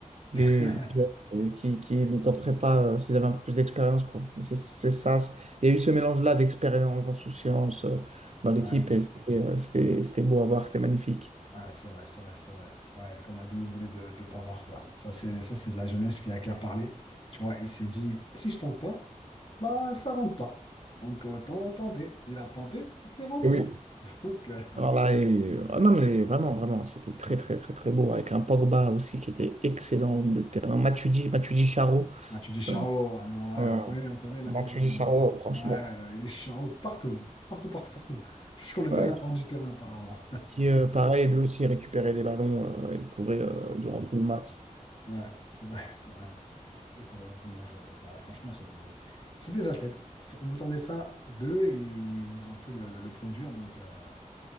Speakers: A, on the right; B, on the left.
A: des,
B: <laughs>
A: des joueurs, euh, qui, qui ne tenteraient pas euh, s'ils avaient un peu plus d'expérience, quoi. C'est c'est ça. c'est- Il y a eu ce mélange-là d'expérience, d'insouciance euh, dans l'équipe
B: Ouais,
A: et c'était euh, c'était- c'était beau à voir, c'était magnifique.
B: ouais, c'est vrai, c'est vrai, c'est vrai. Ouais, comme la demi-volée de, de Pavard, quoi. Ça, c'est, ça, c'est de la jeunesse qui a, qui a parlé. Tu vois, il s'est dit, si je tente pas, bah, ça rentre pas. Donc, autant tenter. Il a tenté, c'est rentré.
A: Et oui.
B: <laughs> Donc, euh,
A: Alors là, et- euh, ah non, mais vraiment, vraiment, c'était très, très, très, très beau avec un Pogba aussi qui était excellent au milieu de terrain. Matuidi, Matuidi Charo.
B: bah, tu dis Charo,
A: Euh,
B: alors, ouais,
A: euh,
B: on connaît, on connaît la
A: Matuidi
B: musique maintenant.
A: Charo, franchement.
B: Ouais, euh, il est Charo partout, partout, partout, partout. <laughs> Sur le
A: Ouais,
B: terrain, hors du terrain, apparemment.
A: qui, euh, pareil, lui aussi récupérait des ballons euh, et courait euh, durant tout le match.
B: Ouais, c'est vrai, c'est vrai. Et courir dans tout le monde, ouais. Bah, franchement, c'est des, c'est des athlètes. C'est- On entendait ça d'eux et ils ont pu le, le- le produire. Donc, euh,